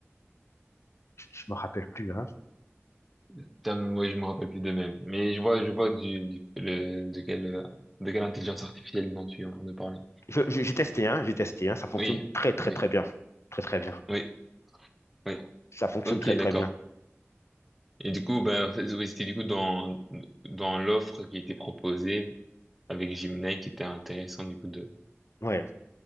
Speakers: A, on the left (about 65°); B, in the centre.
A: je je me rappelle plus hein.
B: Putain, moi, je me rappelle plus de même. Mais je vois, je vois du, du- le- de quelle, euh, de quelle intelligence artificielle dont tu es en train de parler.
A: Je- je- j'ai testé hein, j'ai testé hein, ça fonctionne
B: Oui,
A: très très
B: oui,
A: très bien. Très très bien.
B: oui, oui.
A: Ça fonctionne
B: Ok,
A: très
B: d'accord.
A: très bien.
B: Et du coup, ben, en fait, oui, c'était du coup dans, dans l'offre qui était proposée avec Gemini qui était intéressant du coup de.
A: Ouais.